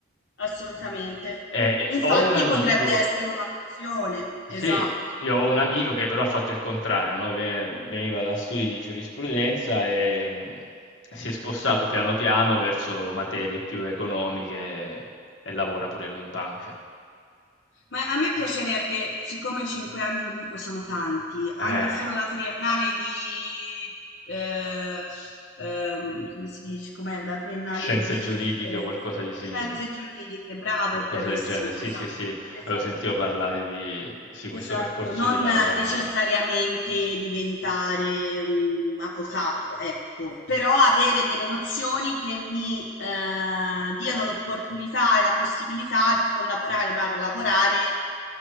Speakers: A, on the left; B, on the left.
A: assolutamente.
B: Eh, eh,
A: Infatti
B: ho un amico,
A: potrebbe essere un'opzione,
B: sì,
A: esatto.
B: io ho un amico che però ha fatto il contrario, no? Ve- Veniva da studi di giurisprudenza e mh, si è spostato piano piano verso materie più economiche e lavora pure lui in banca.
A: Ma a me piacerebbe, siccome cinque anni comunque sono tanti, anche
B: Eh.
A: solo la triennale di... eh, ehm, come si dice? Com'è la triennale
B: Scienze
A: di
B: giuridiche
A: eh,
B: o qualcosa di simile.
A: scienze giuridiche? Bravo,
B: Qualcosa
A: bravissimo,
B: del genere. Sì,
A: esatto,
B: sì, sì,
A: esatto.
B: avevo sentito parlare di sì,
A: Esatto,
B: questo percorso
A: non
B: di laurea.
A: necessariamente diventare un avvocato, ecco, però avere delle nozioni che mi eh, diano l'opportunità e la possibilità di collaborare, barra lavorare